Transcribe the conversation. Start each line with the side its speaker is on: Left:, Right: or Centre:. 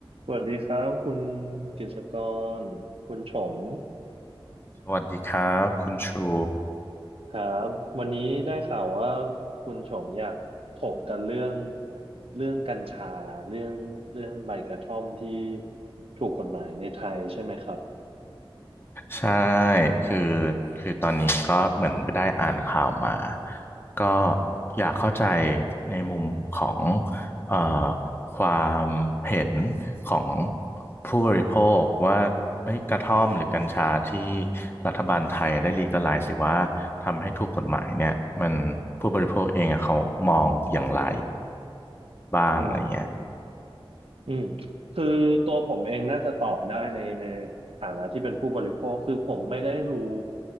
Right: สวัสดีครับคุณกฤษกรคุณฉง
Left: สวัสดีครับคุณชู
Right: ครับวันนี้ได้ข่าวว่าคุณฉงอยากถกกันเรื่องเรื่องกัญชาเรื่องเรื่องใบกระท่อมที่ถูกกฎหมายในไทยใช่ไหมครับ
Left: ใช่คือคือตอนนี้ก็เหมือนได้อ่านข่าวมาก็อยากเข้าใจในมุมของเอ่อความเห็นของผู้บริโภคว่าเอ้ยกระท่อมหรือกัญชาที่รัฐบาลไทยได้ลีกัลไลซ์หรือว่าทำให้ถูกกฎหมายเนี่ยมันผู้บริโภคเองอะเขามองอย่างไรบ้างอะไรเงี้ย
Right: อืม อืมคือตัวผมเองน่าจะตอบได้ในในฐานะที่เป็นผู้บริโภคคือผมไม่ได้รู้